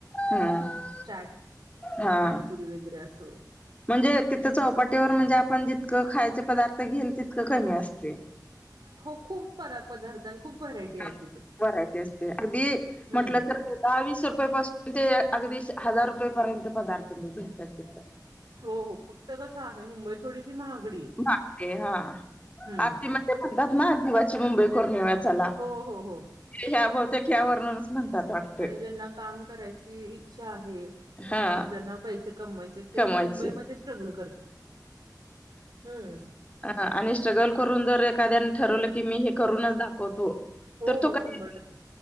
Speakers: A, on the left; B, on the right.
A: हम्म
B: चाट
A: हा
B: पाणीपुरी वगैरे अस.
A: म्हणजे तिथं चौपाटीवर म्हणजे आपण जितकं खायचे पदार्थ घेईल तितकं कमी असते.
B: हो खूप परा पदार्थ आणि. खूप व्हरायटी
A: माप
B: आहे तिथं
A: भरायचे असते अगदी
B: हम्म
A: म्हटलं तर. दहा वीस रुपये पासून ते अगदी हा हजार रुपयेपर्यंत पदार्थ भेटत्यात.
B: हो हो फक्त कसं आहे मुंबई थोडीशी महागडी. आहे
A: महागडी हा
B: हम्म
A: आगती म्हणजे म्हणतात ना जीवाची मुंबई कररून्यात. चला
B: हो हो हो
A: ह्या बहतेक ह्या वर्णन म्हणतात वाटत.
B: आणि ज्यांना काम करायची इच्छा आहे
A: हां
B: ज्यांना पैसे कमवायचे हाईत. ते
A: कमवायचे.
B: मुंबईमध्ये स्ट्रगल करता हम्म.
A: अ आणि स्ट्रगल करून जर एखाद्याने ठरवलं की मी हे करूनच दाखवतो.
B: हो
A: तर तो
B: हो
A: काही
B: शंभर टक्के.